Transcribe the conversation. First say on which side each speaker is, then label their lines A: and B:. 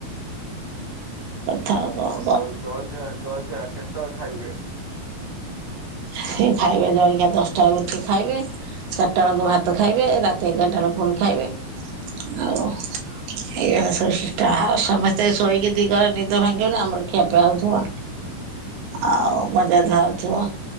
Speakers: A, on the right; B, on the left.
A: ସବୁ <unintelligible>
B: କଣ ଜଳଖିଆ ଜଳଖିଆ କେତବେଳେ ଖାଇବେ?
A: ସେ ଖାଇବେ ଜଳଖିଆ ଦଶଟା ବେଳକୁ ଉଠିକି ଖାଇବେ। ଚାରିଟା ବେଳକୁ ଭାତ ଖାଇବେ ରାତି ଏଗାରଟା ବେଳକୁ ପୁଣି ଖାଇବେ ଆଉ କଣ? ଏଇଆ ସବୁ ସିଷ୍ଟମ ଆଉ ସମସ୍ତେ ଶୋଇକି ଦି ଘର ନିଦ ଭାଙ୍ଗିବନି ଆମର ଖିଆ ପିଆ ହଉଥିବ। ଆଉ ମଜାଧୁଆ ହଉଥିବ